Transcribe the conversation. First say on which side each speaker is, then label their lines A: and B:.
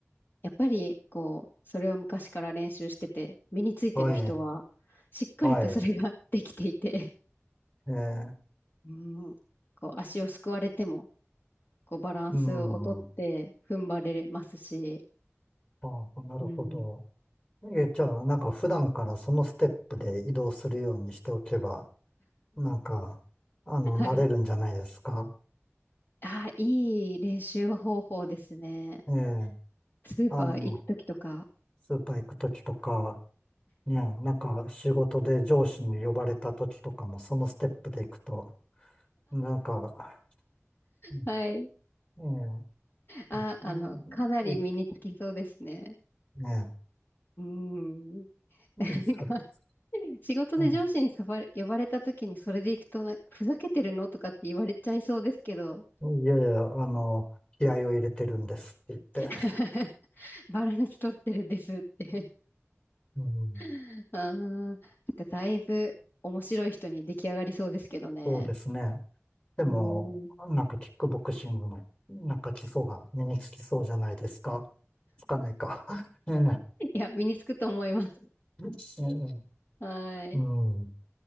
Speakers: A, on the left; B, on the left.
A: やっぱり、こう、それを昔から練習してて、身についてる人は、
B: はい、
A: しっかりとそれができていて、
B: はい、えー、
A: うん、こう、足をすくわれても、こう、バランスをとって、
B: うん、あ
A: 踏ん張れますし、
B: あ、なるほど。
A: うん、
B: え、じゃあ、なんか普段からそのステップで移動するようにしておけば、なんか、あの、
A: はい。
B: 慣れるんじゃないですか。
A: ああ、いい練習方法ですね。
B: ええ、
A: スーパー行くときとか。
B: あの、スーパー行くときとか、ね、なんか仕事で上司に呼ばれたときとかもそのステップで行くと、なんか、う
A: はい。
B: んえ
A: あ、
B: え、
A: あの、
B: うんい
A: かなり身につきそうですね。
B: ね
A: うん。
B: え、
A: なんか、
B: うん、そうそ
A: 仕事で上司に呼ばれ、
B: う、
A: 呼ばれた時にそれで行くとな、ふざけてるのとかって言われちゃいそうですけど、
B: うん、いやいや、あの、気合を入れてるんですって言って、
A: <laughs> バランス取ってるんですって。
B: うん、
A: <laughs> ああ、なんかだいぶ面白い人に出来上がりそうですけどね。
B: そうですね。でも、
A: うん。
B: なんかキックボクシングの、なんか基礎が身につきそうじゃないですか。つかないか。<laughs> ええ、
A: いや、身につくと思います。
B: ええ
A: はい。
B: うん。